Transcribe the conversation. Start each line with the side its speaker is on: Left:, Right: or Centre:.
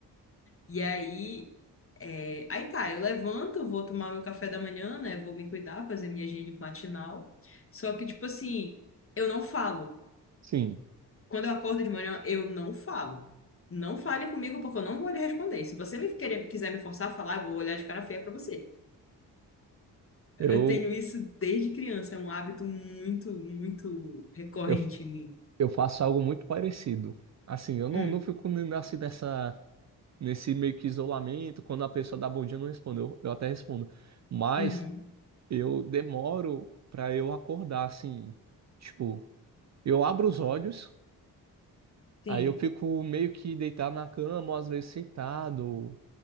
Left: E aí, é, aí tá, eu levanto, vou tomar meu café da manhã, né? Vou me cuidar, fazer minha higiene matinal. Só que, tipo assim, eu não falo.
Right: sim.
Left: Quando eu acordo de manhã, eu não falo. Não fale comigo porque eu não vou lhe responder. Se você me querer, quiser me forçar a falar, eu vou olhar de cara feia pra você. Eu
Right: Eu,
Left: tenho isso desde criança, é um hábito muito, muito recorrente
Right: eu,
Left: em mim.
Right: eu faço algo muito parecido. Assim, eu não,
Left: Hum,
Right: não fico n- assim nessa, nesse meio que isolamento, quando a pessoa dá bom dia, eu não respondo. Eu, eu até respondo. Mas
Left: uhum.
Right: eu demoro pra eu acordar, assim. Tipo, eu abro os olhos.
Left: Sim,
Right: Aí eu fico meio que deitado na cama, ou às vezes sentado.